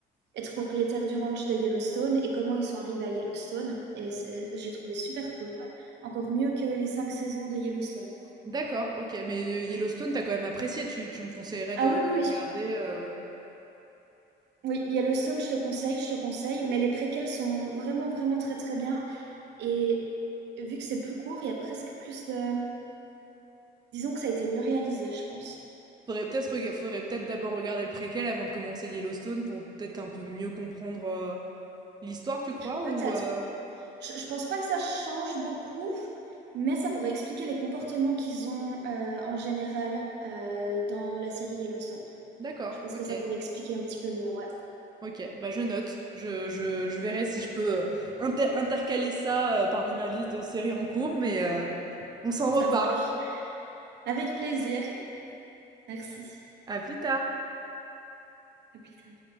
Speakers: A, on the right; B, on the right.
A: être propriétaire du ranch de Yellowstone et comment ils sont arrivés à Yellowstone. Et c'est- j'ai trouvé super cool, quoi. Encore mieux que les cinq saisons de Yellowstone.
B: D'accord, OK, mais, heu, Yellowstone, t'as quand même apprécié, tu tu me conseillerais
A: Ah
B: de
A: oui,
B: de
A: oui, oui.
B: regarder, heu
A: Oui, Yellowstone, je te conseille, je te conseille. Mais les préquels sont vraiment, vraiment très, très bien. Et vu que c'est plus court, il y a presque plus de... Disons que ça a été mieux réalisé, je pense.
B: faudrait peut-être rega faudrait peut-être d'abord regarder le préquel avant de commencer Yellowstone pour peut-être un peu mieux comprendre, heu, l'histoire, tu crois?
A: Peut-être.
B: Ou, heu
A: Je, je pense pas que ça change beaucoup, mais ça pourrait expliquer les comportements qu'ils ont euh, en général euh, dans la série Yellowstone.
B: d'accord,
A: Je pense
B: OK,
A: que ça pourrait expliquer un petit peu mieux, ouais.
B: OK, bah, je note. Je je je verrai si je peux, heu, inter intercaler ça, heu, parmi ma liste de séries en cours, mais, heu, on s'en
A: Ça
B: reparle.
A: marche. Avec plaisir. Merci.
B: À plus tard.
A: À plus tard.